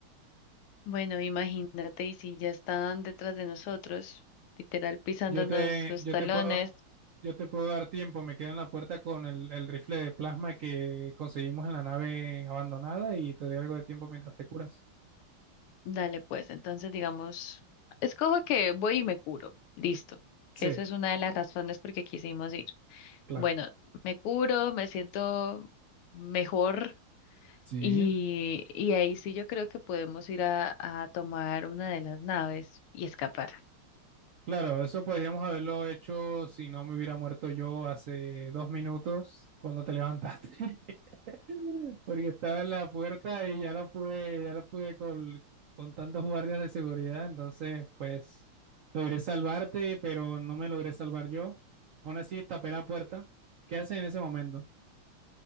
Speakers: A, on the left; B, on the right.
A: bueno, imagínate, y si ya están detrás de nosotros, literal pisándonos
B: Yo te,
A: los
B: yo
A: talones.
B: te puedo, yo te puedo dar tiempo, me quedo en la puerta con el, el rifle de plasma que conseguimos en la nave abandonada y te doy algo de tiempo mientras te curas.
A: Dale, pues, entonces digamos, escojo que voy y me curo. Listo.
B: Sí,
A: Que esa es una de las razones por qué quisimos ir.
B: claro.
A: Bueno, me curo, me siento mejor
B: Sí.
A: y, y ahí sí yo creo que podemos ir a, a tomar una de las naves y escapar.
B: Claro, eso podríamos haberlo hecho si no me hubiera muerto yo hace dos minutos cuando te levantaste, <laughs> porque estaba en la puerta y ya lo pude, ya lo pude col- con, tantos guardias de seguridad, entonces pues logré salvarte, pero no me logré salvar yo. Aún así tapé la puerta. ¿Qué haces en ese momento?